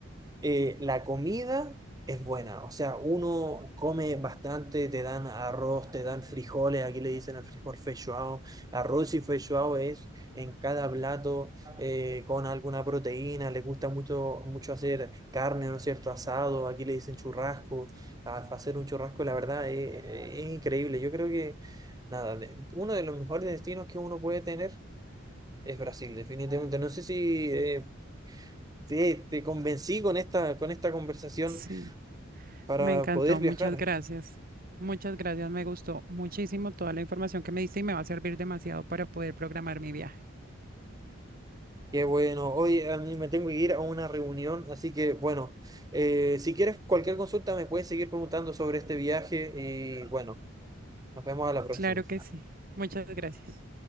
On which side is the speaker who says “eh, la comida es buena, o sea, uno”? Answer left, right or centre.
Right